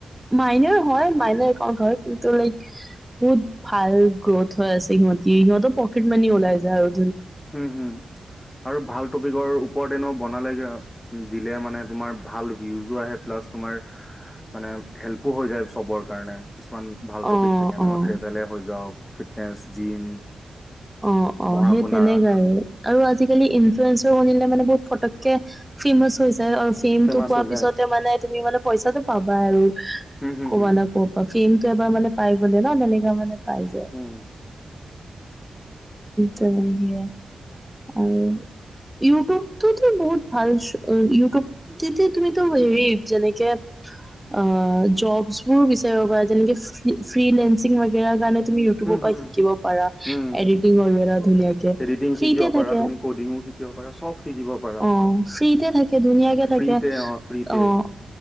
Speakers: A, in the centre; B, on the left (about 20°).
A: মাইনাৰ হয়, মাইনাৰ একাউন্ট হয়, কিন্তু লাইক বহুত ভাল গ্ৰ'থ হৈ আছে সিহঁত। কিহঁতক মানি ওলাই যায় আৰু।
B: হুম, হুম আৰু ভাল টপিকৰ ওপ ওপৰত এনেও বনালেগে দিলে মানে তোমাৰ ভাল ভিউজো আহে প্লাছ তোমাৰ মানে হেল্পো হৈ যায় চবৰ কাৰণে। কিছুমান ভাল
A: অ
B: টপিক থাকে ন,
A: অ
B: ট্ৰেভেলে হৈ যাওক, ফিট ফেচ, জিম।
A: অ', অ',
B: পঢ়া
A: সেই
B: শুনা
A: তেনেকাই আৰু। আৰু আজিকালি ইনফ্লুয়েঞ্চাৰ বনিলে মানে বহুত ফটককে ফেমাচ হৈ যায় আৰু ফেমটো
B: ফেমাচ
A: পোৱাৰ
B: হৈ যায়
A: পিছতে মানে, তুমি মানে পইচাটো পাব বই আৰু
B: হম হম
A: ক'বা না কৰ পৰা, ফেমটো এবাৰ মানে পাই গ'লে ন, তেনেকা মানে পাই যায়।
B: হম
A: তেনেকে আৰু ইউটিউবটোতো বহুত ভাল চ', ইউটিউবতোটে তুমিতো হেৰি যেনেকে আ জবছবোৰ বিচাৰিব পাৰা, কেনেকে, ফ্ৰী, ফ্ৰীলাঞ্চিং ৱাগেৰা কাৰণে তুমি ইউটিউবৰ
B: হম
A: পৰা
B: হম
A: শিকিব পাৰা
B: উম
A: এডিটিং ৱাগেৰা ধুনীয়াকে
B: এডিটিং শিকিব পাৰা তুমি কডিঙো শিকিব পাৰা চব শিকিব পাৰা
A: অ', ফ্ৰীতে থাকে ধুনীয়াকে
B: ফ্ৰীতে
A: থাকে
B: অ ফ্ৰীতে
A: অ',